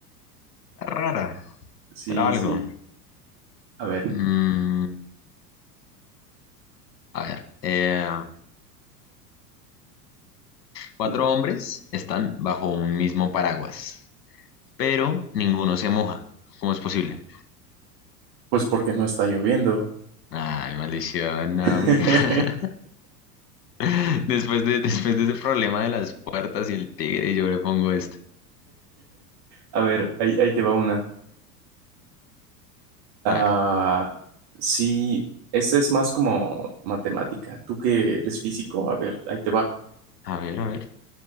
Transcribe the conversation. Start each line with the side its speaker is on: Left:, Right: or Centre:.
Left: rara,
Right: Sí,
Left: te la valgo.
Right: sí. A ver,
Left: Mm, a ver, eh, cuatro
Right: y-
Left: hombres están bajo un mismo paraguas, pero ninguno se moja. ¿Cómo es posible?
Right: pues porque no está lloviendo.
Left: Ay, maldición, no,
Right: <laughs>
Left: muy fea. <laughs> Después de, después de ese problema de las puertas y el tigre, yo le pongo este.
Right: A ver, ahí, ahí te va una. Ah,
Left: A ver,
Right: sí, este es más como matemática. Tú que eres físico, a ver, ahí te va.
Left: a ver, a ver.